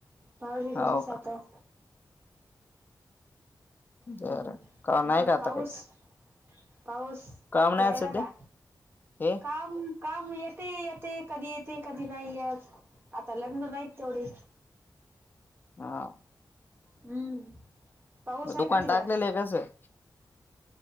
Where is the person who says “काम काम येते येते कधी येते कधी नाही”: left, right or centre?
Right